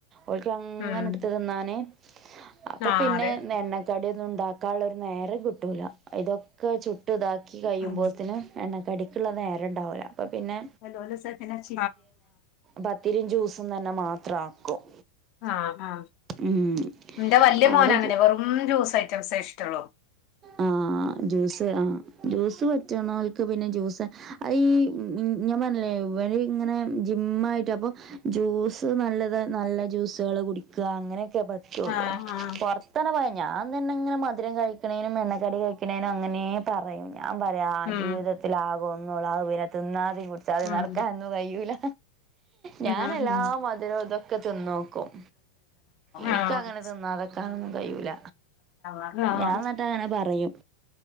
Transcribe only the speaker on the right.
ഓൽക്ക് അങ്ങനെ
ട്ത്ത് തിന്നാനെ. അപ്പൊ
പിന്നെ
എണ്ണക്കടിന്നും ഉണ്ടാക്കാള്ളൊരു നേരെം കിട്ടൂല ഇതൊ ക്കെ ചുട്ട് താക്കി കഴുമ്പോത്തിന്
എണ്ണക്കടിക്കുള്ള നേരംണ്ടാവുല അപ്പ പിന്നെ
പത്തിരിം ജ്യൂസും തന്നെ മാത്രം ആക്കും
ഉം
അവിടെ
ആ ജ്യൂസ് ആ ജ്യൂസ് പറ്റണോൽക്ക് പിന്നെ ജ്യൂസ് അ ഈ ഞാൻ പറഞ്ഞില്ലേ ഇവര് ഇങ്ങനെ ജിം ആയിട്ട് അപ്പൊ ജ്യൂസ് നല്ലത് നല്ല ജ്യൂസുകള് കുടിക്കും ക്ക് അങ്ങനെയൊക്കെ പറ്റുള്ളൂ
പുറത്ത തന്നെ പോയാ ഞാൻ തന്നെ ഇങ്ങനെ മധുരം കഴിക്കണ എന്നും എണ്ണക്കടി കഴിക്ക്ണേന് അങ്ങനെ പറയും ഞാൻ പറയാ ആ
ജീവിതത്തില ആകോ ഒന്നുംള്ള പിന്നെ തിന്നാതി കുടിച്ചാതി
നടക്കാനോന്നും കഴിയുല ഞൻ
എല്ലാ
മധരം ഇതൊക്കെ തിന്നോക്കും എനിക്ക്
അങ്ങനെ തിന്നാത ക്കാൻ കയൂല
ഞാൻ ന ക്ക അങ്ങനെ പറയും